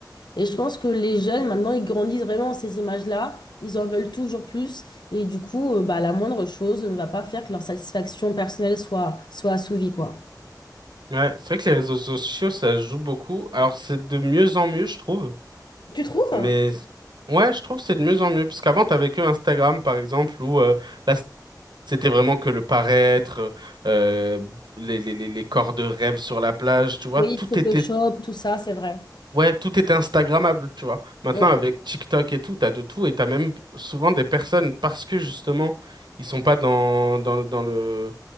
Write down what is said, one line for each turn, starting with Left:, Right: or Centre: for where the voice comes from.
Left: Et je pense que les jeunes, maintenant, ils grandissent vraiment en ces images-là, ils en veulent toujours plus, et du coup, euh, bah, la moindre chose ne va pas faire que leur satisfaction personnelle soit, soit assouvie, quoi.
Right: Ouais, c'est vrai que les réseaux sociaux, ça joue beaucoup. Alors, c'est de mieux en mieux, je trouve.
Left: Tu trouves?
Right: Mais ouais, je trouve que c'est de mieux en mieux. Parce qu'avant, t'avais que Instagram, par exemple, où euh, là, c'était vraiment que le paraître, euh, les, les, les les corps de rêve sur la plage, tu vois,
Left: Oui,
Right: tout
Left: Photoshop,
Right: était
Left: tout ça, c'est vrai.
Right: Ouais, tout était Instagrammable, tu vois. Maintenant,
Left: Oui,
Right: avec TikTok et tout, t'as de tout et t'as même souvent des personnes parce que justement, ils sont pas dans, dans, dans le,